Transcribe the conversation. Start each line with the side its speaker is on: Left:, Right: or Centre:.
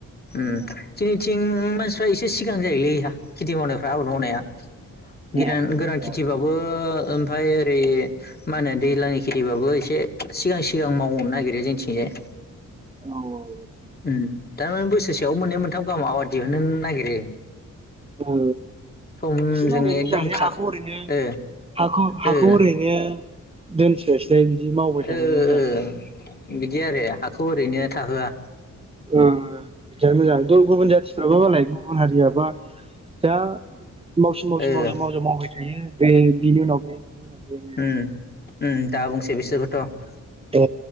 Left: जोंनिथिं एसे मानसिफ्रा सिगां जायोलै खेथि मावनायफ्रा आबाद मावनाया
Right: ए
Left: गोरान
Right: औ
Left: खेथिबाबो ओमफाय ओरै मा होनो दैज्लांनि खेथिबाबो एसे सिगां सिगां मावनो नागिरो जोंनिथिंजाय
Right: औ
Left: ओम दा बोसोरसेयाव मोननै मोनथाम गाहाम आबाद दिहुननो नागिरो
Right: औ
Left: समजों
Right: एसे मावनायानो
Left: एकदम
Right: मोजांलै
Left: खार
Right: हाखौ ओरैनो
Left: ओ
Right: हाखौ हाखौ
Left: ओ
Right: ओरैनो दोनस्लायसाय बिदि मावबाय
Left: ओ
Right: थानायानो मोजां
Left: ओ बिदि आरो हाखौ ओरैनो थाहोआ
Right: बिदियानो मोजां गुबुन जाथिफ्राबो मालाय गुबुन हारियाबा जा मावसिन मावसिन
Left: ओ
Right: मावजा मावबाय थायो बे बिनि उनाव बे बिनि उनाव बेनो
Left: ओं दा बुंसै बिसोरखौथ'
Right: अ